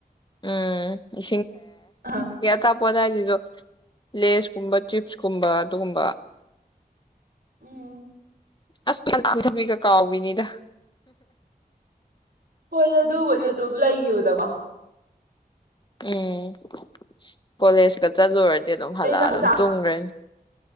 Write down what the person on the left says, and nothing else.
ꯎꯝ ꯏ
ꯆ ꯄꯏꯁꯤꯁꯨ ꯂꯦꯁꯀꯨꯝꯕ ꯆꯤꯞꯁꯀꯨꯝꯕ ꯑꯗꯨꯒꯨꯝꯕ
ꯑꯁꯊꯕꯤ ꯀ ꯀꯥꯎꯕꯤꯅꯤꯗ
ꯎꯝ ꯀꯣꯂꯦꯖ ꯀ ꯆꯂꯨ ꯑꯗꯨꯝ ꯍꯜꯂꯛꯑ
ꯑꯗꯨꯝ ꯇꯨꯝꯈ꯭ꯔꯦ